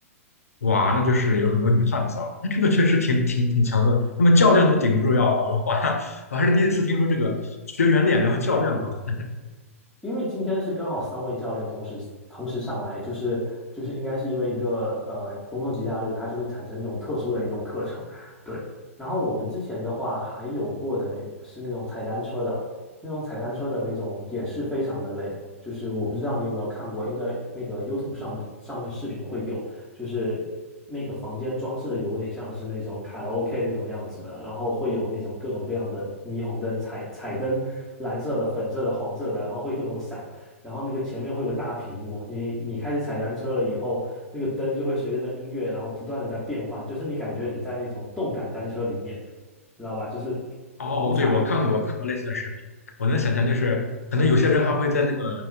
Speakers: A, on the left; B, in the centre.
A: 哇，那就是有很多女汉子啊，那这个确实挺挺挺强的，那么教练都顶不住要轮换啊，<laughs> 我还是第一次听说这个学员练，然后教练轮换
B: 因为今天是刚好三位教练同时同时上来，就是就是应该是因为一个呃公众节假日，它就会产生这种特殊的一种课程，对。然后我们之前的话还有过的是那种踩单车的，那种踩单车的那种也是非常的累，就是我不知道你有没有看过，应该那个 YouTube 上上面视频会有，就是那个房间装饰的有点像是那种卡拉 OK 那种样子的，然后会有那种各种各样的霓虹灯、彩彩灯，蓝色的、粉色的、黄色的，然后会各种闪，然后那个前面会有个大屏幕，你你开始踩单车了以后，那个灯就会随着那音乐，然后不断的在变换，就是你感觉你在那种动感单车里面，知道吧？就是狂踩，
A: 哦，对，我看过，我看过类似的视频，我能想象，就是可能有些人还会在那个